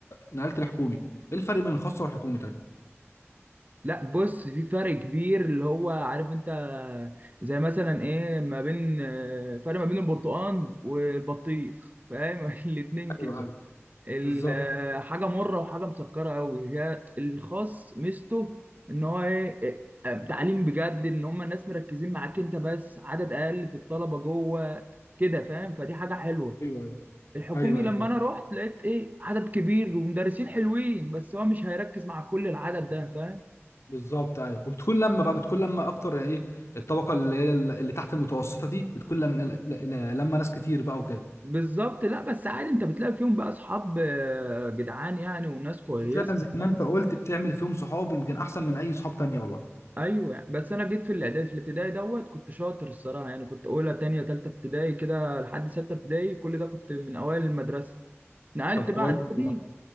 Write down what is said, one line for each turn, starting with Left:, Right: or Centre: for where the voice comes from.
Left: نقلت الحكومي ايه الفرق بين الخاصه والحكومي طيب
Right: لا بص في فرق كبير اللي هو عارف انت زي مثلا ايه ما بين آه، فرق ما بين البرتقال والبطيخ فاهم <laughs> الاتنين كده
Left: ايوه ايوه
Right: ال-
Left: بالظبط
Right: آه، حاجه مره وحاجه مسكره قوي هي الخاص ميزته ان هو ايه آه، تعليم بجد ان هم الناس مركزين معاك انت بس عدد اقل في الطلبه جوه كده فاهم فدي حاجه حلوه
Left: ايوه ايوه
Right: الحكومي
Left: ايوه ايوه
Right: لما
Left: فاهم.
Right: انا رحت لقيت ايه عدد كبير ومدرسين حلوين بس هو مش هيركز مع كل العدد ده فاهم
Left: بالظبط ايوه وبتكون لما بقى بتكون لما اكتر يعني ايه الطبقه اللي هي اللي تحت المتوسطه دي بتكون لما ل- ل- لما ناس كتير بقى وكده
Right: بالظبط لا بس عادي انت بتلاقي فيهم بقى اصحاب آه، جدعان يعني وناس كويسه
Left: فعلا زي ما
Right: فاهم
Left: انت قلت بتعمل فيهم صحاب يمكن احسن من اي صحاب تانية والله
Right: ايوه يعني. بس انا جيت في الاعدادي في الابتدائي دوت كنت شاطر الصراحه يعني كنت اولى تانية تالتة ابتدائي كده لحد ستة ابتدائي كل ده كنت من اوائل المدرسه نقلت
Left: طب كويس
Right: بقى اعدادي
Left: والله.